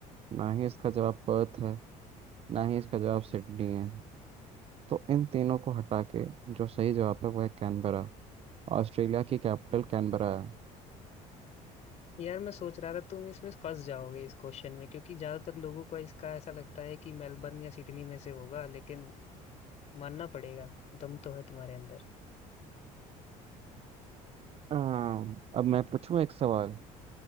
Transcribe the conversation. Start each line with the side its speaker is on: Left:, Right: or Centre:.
Right: ना ही इसका जवाब पर्थ है ना ही इसका जवाब सिडनी है तो इन तीनों को हटा के जो सही जवाब है वो है कैनबरा ऑस्ट्रेलिया की कैपिटल कैनबरा है
Left: यार मैं सोच रहा था तुम इसमें फंस जाओगे इस क्वेश्चन में क्योंकि ज्यादातर लोगों को इसका ऐसा लगता है कि मेलबर्न या सिडनी में से होगा लेकिन मानना पड़ेगा दम तो है तुम्हारे अंदर
Right: अम, अब मैं पूछूं एक सवाल